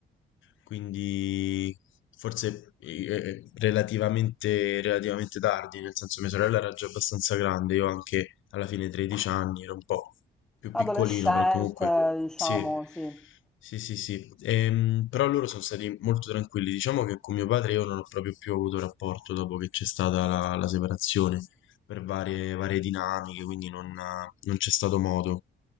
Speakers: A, on the left; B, in the centre.
A: quindi forse eh, relativamente, relativamente tardi, nel senso mia sorella era già abbastanza grande, io anche alla fine 13 anni, ero un po' più
B: Adolescente,
A: piccolino, però comunque
B: diciamo,
A: sì,
B: sì.
A: sì, sì, sì. Ehm, però loro sono stati molto tranquilli, diciamo che con mio padre io non ho proprio più avuto rapporto dopo che c'è stata la la separazione per varie, varie dinamiche, quindi non, eh, non c'è stato modo.